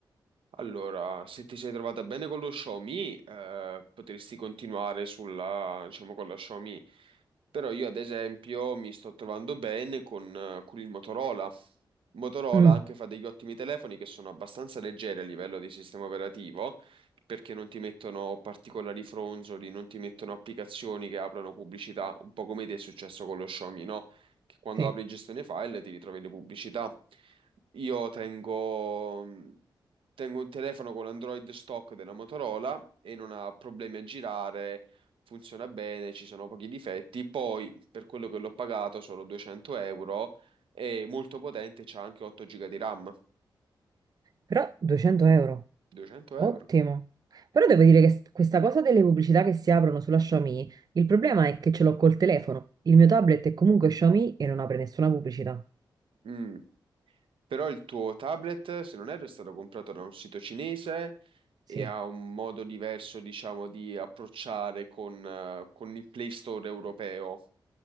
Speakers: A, on the right; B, on the right.
A: Allora, se ti sei trovata bene con lo Xiaomi, eh, potresti continuare sulla, diciamo, con la Xiaomi. Però io, ad esempio, mi sto trovando bene con, eh, con il Motorola. Motorola
B: Mm,
A: anche fa degli ottimi telefoni che sono abbastanza leggeri a livello di sistema operativo, perché non ti mettono particolari fronzoli, non ti mettono applicazioni che aprono pubblicità, un po' come ti è successo con lo Xiaomi, no? Che quando
B: sì.
A: apri gestione file ti ritrovi le pubblicità. Io tengo. mm, Tengo un telefono con Android stock della Motorola e non ha problemi a girare, funziona bene, ci sono pochi difetti. Poi, per quello che l'ho pagato, solo 200 euro, è molto potente, c'ha anche 8 giga di RAM.
B: Però 200 euro,
A: 200
B: ottimo.
A: euro.
B: Però devo dire che s- questa cosa delle pubblicità che si aprono sulla Xiaomi, il problema è che ce l'ho col telefono. Il mio tablet è comunque Xiaomi e non apre nessuna pubblicità.
A: Mm. Però il tuo tablet, se non erro, è stato comprato da un sito cinese
B: Sì,
A: e ha un modo diverso, diciamo, di approcciare con, eh, con il Play Store europeo.